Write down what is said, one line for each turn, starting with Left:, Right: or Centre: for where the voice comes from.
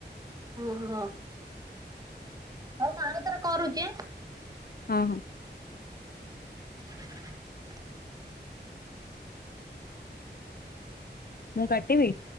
Right: ଓହୋ ହଉ ମୁଁ ଆଉ ଥରେ କରୁଚି।
Left: ହଁ -ହଁ।
Right: <inaudible>
Left: ମୁଁ କାଟିବି?